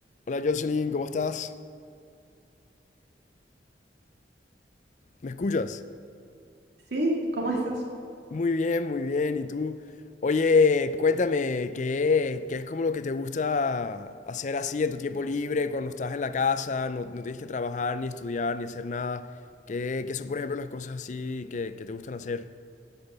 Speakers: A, on the left; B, on the right.
A: Hola Jocelyn, ¿cómo estás? ¿Me escuchas?
B: Sí, ¿cómo estás?
A: Muy bien, muy bien. ¿Y tú? Oye, cuéntame, ¿qué, qué es como lo que te gusta hacer así en tu tiempo libre, cuando estás en la casa, no, no tienes que trabajar, ni estudiar, ni hacer nada? ¿Qué, qué son, por ejemplo, las cosas así que, que te gustan hacer?